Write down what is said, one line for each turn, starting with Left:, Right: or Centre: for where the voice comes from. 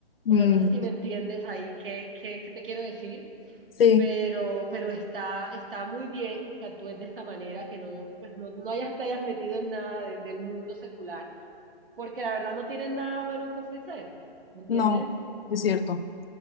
Right: O
Left: mm,
Right: sea, no sé si me entiendes ahí qué, qué, qué te quiero decir,
Left: sí,
Right: pero, pero está, está muy bien que actúes de esta manera, que no, pues no, no hayas, te hayas metido en nada de- del mundo secular, porque la verdad no tienen nada bueno que ofrecer, ¿me entiendes?
Left: no, es cierto.